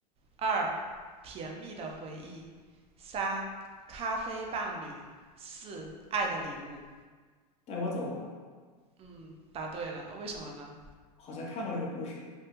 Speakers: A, on the right (about 30°); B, on the left (about 30°).
A: 二、甜蜜的回忆；三、咖啡伴侣；四、爱的礼物。
B: 带我走吧，
A: 嗯，答对了，为什么呢？
B: 好像看过这个故事。